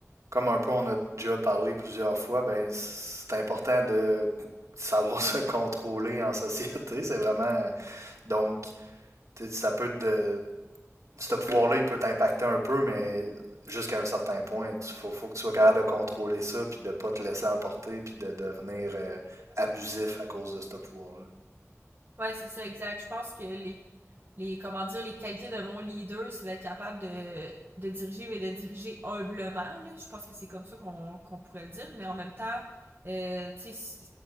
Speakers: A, on the right; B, on the right.
A: comme un peu on a déjà parlé plusieurs fois, ben, c'est important de savoir <laughs> se contrôler en société. C'est vraiment. euh, Donc, tu sais, ça peut te. Ce pouvoir-là, il peut t'impacter un peu, mais jusqu'à un certain point, il faut, faut que tu sois capable de contrôler ça, puis de pas te laisser emporter, puis de devenir euh, abusif à cause de ce pouvoir-là.
B: Ouais, c'est ça, exact. Je pense que les les comment dire les qualités de mon leader, c'est d'être capable de, de diriger mais de diriger humblement. Là. Je pense que c'est comme ça qu'on qu'on pourrait le dire, mais en même temps, euh, tu sais, si,